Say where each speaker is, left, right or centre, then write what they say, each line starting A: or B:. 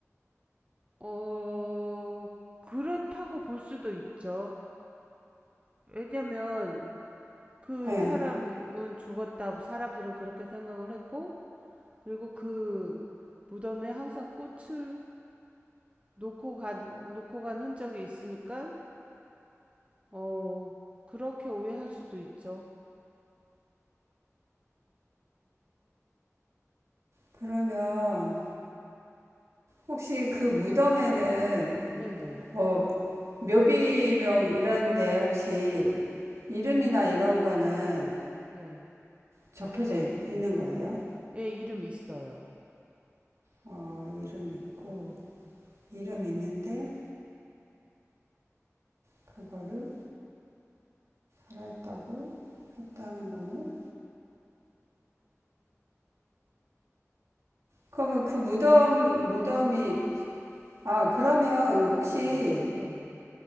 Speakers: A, on the right; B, on the right.
A: 어, 그렇다고 볼 수도 있죠. 왜냐면 그
B: 예.
A: 사람은
B: 네.
A: 죽었다. 사람들은 그렇게 생각을 했고, 그리고 그 무덤에 항상 꽃을 놓고 간 놓고 간 흔적이 있으니까 어 그렇게 오해할 수도 있죠.
B: 그러면 혹시 그 무덤에는
A: 네네
B: 뭐 묘비명 이런데 혹시 이름이나 이런 거는
A: 네.
B: 적혀져 있- 는 거예요?
A: 예 이름 있어요.
B: 아, 이름 있고, 이름 있는데 그거를 살아있다고 했다는 거는? 그러면 그 무덤, 무덤이 아, 그러면 혹시
A: 네네 네네